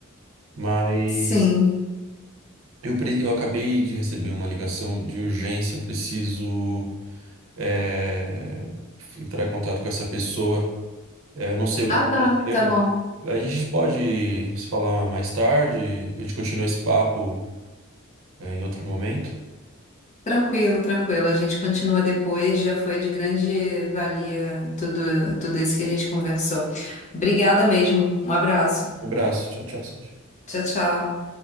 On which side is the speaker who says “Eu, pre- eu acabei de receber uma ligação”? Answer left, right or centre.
Right